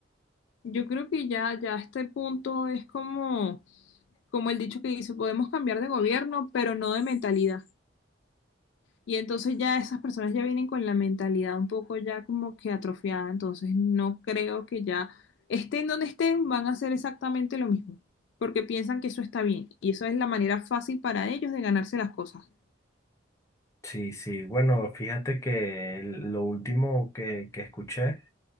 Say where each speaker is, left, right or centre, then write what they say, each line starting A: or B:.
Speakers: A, on the left; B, on the left.
A: Yo creo que ya, ya a este punto es como, como el dicho que dice, podemos cambiar de gobierno, pero no de mentalidad. Y entonces ya esas personas ya vienen con la mentalidad un poco ya como que atrofiada, entonces no creo que ya estén donde estén, van a hacer exactamente lo mismo, porque piensan que eso está bien y eso es la manera fácil para ellos de ganarse las cosas.
B: Sí, sí, bueno, fíjate que el- lo último que, que escuché,